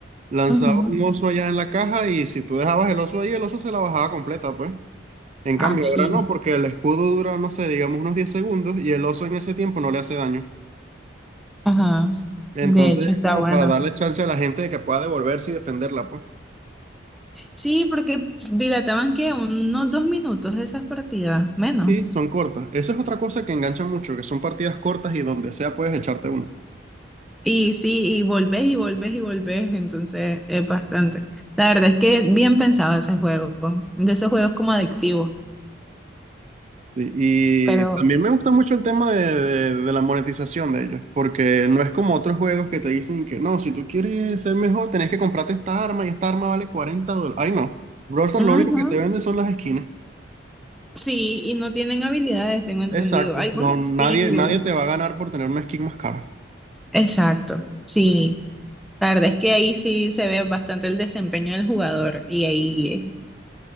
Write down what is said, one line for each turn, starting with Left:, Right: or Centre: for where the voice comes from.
Right: lanzaba
Centre: ujú.
Right: un oso allá en la caja y si tú dejabas el oso ahí, el oso se la bajaba completa, pues. En
Centre: Ah,
Right: cambio,
Centre: sí,
Right: ahora no, porque el escudo dura, no sé, digamos unos 10 segundos y el oso en ese tiempo no le hace daño.
Centre: ajá.
Right: Entonces,
Centre: De hecho,
Right: es
Centre: está
Right: como
Centre: bueno.
Right: para darle chance a la gente de que pueda devolverse y defenderla, pues.
Centre: Sí, porque dilataban que unos dos minutos esas partidas, menos.
Right: Sí, son cortas. Esa es otra cosa que engancha mucho, que son partidas cortas y donde sea puedes echarte uno.
Centre: Y sí, y volvés y volvés y volvés, entonces es bastante. La verdad es que bien pensado ese juego, de esos juegos como adictivos.
Right: Sí, y
Centre: Pero,
Right: también me gusta mucho el tema de, de- de la monetización de ellos, porque no es como otros juegos que te dicen que no, si tú quieres ser mejor, tenés que comprarte esta arma y esta arma vale 40 dólares. Ay, no. Brawl
Centre: ujú,
Right: lo único que te vende son las esquinas.
Centre: Sí, y no tienen habilidades, tengo entendido.
Right: Exacto,
Centre: Algunos
Right: no, nadie,
Centre: sí.
Right: nadie
Centre: el-
Right: te va a ganar por tener una skin más cara.
Centre: Exacto, sí. La verdad es que ahí sí se ve bastante el desempeño del jugador y ahí, eh,